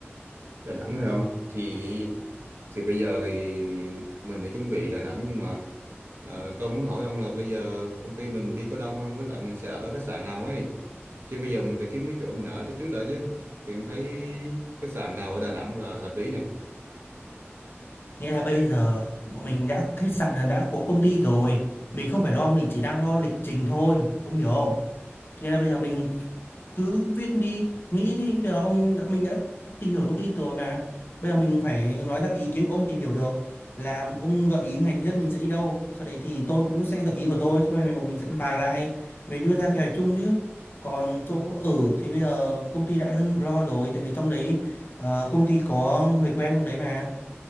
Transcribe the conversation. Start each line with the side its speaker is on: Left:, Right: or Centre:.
Right: Đà Nẵng hay không thì thì bây giờ thì mình đã chuẩn bị Đà Nẵng nhưng mà ờ, tôi muốn hỏi ông là bây giờ công ty mình đi có đông không với lại mình sẽ ở khách sạn nào ấy chứ bây giờ mình phải kiếm cái chỗ mình ở tới trước đã chứ thì em thấy khách sạn nào ở Đà Nẵng là hợp lý này
Left: Nghĩa là bây giờ bọn mình đã khách sạn là đã có công ty rồi, mình không phải lo, mình chỉ đang lo lịch trình thôi, ông hiểu không? Thế là bây giờ mình cứ viết đi, nghĩ đi, bây giờ ông đã mình đã tìm hiểu thông tin rồi mà. Bây giờ mình phải nói ra cái ý kiến của ông tìm hiểu được là ông gợi ý ngày thứ nhất mình sẽ đi đâu, sau đấy thì tôi cũng sẽ gợi ý của tôi, sau này bọn mình sẽ bàn lại, mình đưa ra kế hoạch chung chứ. Còn chỗ ở thì bây giờ công ty đã lo rồi, tại vì trong đấy ờ, công ty có người quen trong đấy mà.